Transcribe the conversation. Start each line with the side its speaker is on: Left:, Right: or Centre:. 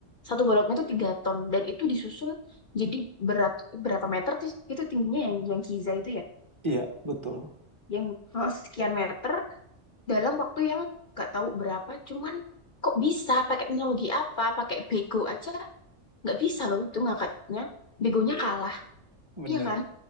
Left: satu baloknya tuh tiga ton, dan itu disusun jadi berat berapa meter sih itu tingginya yang yang Giza itu ya,
Right: Iya, betul.
Left: yang heeh, sekian meter dalam waktu yang gak tahu berapa, cuman kok bisa pakai teknologi apa, pakai bego aja nggak bisa loh itu ngangkatnya begonya
Right: Iya,
Left: kalah
Right: benar,
Left: iya kan